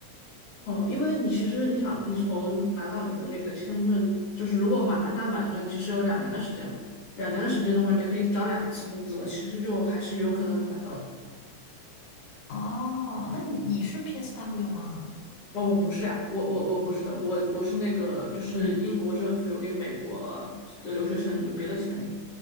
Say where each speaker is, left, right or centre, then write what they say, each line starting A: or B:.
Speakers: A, on the left; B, on the left.
A: 哦，因为你其实你想，你从拿到你的那个签证，就是如果满打满算，你其实有两年的时间嘛，两年的时间的话，你可以涨两次工资了，其实就还是有可能能达到的。
B: 哦，那你你是 PSW 吗？
A: 哦，我不是呀、我我我不是，我我是那个，就是英国政府有给美国的留学生有别的签证。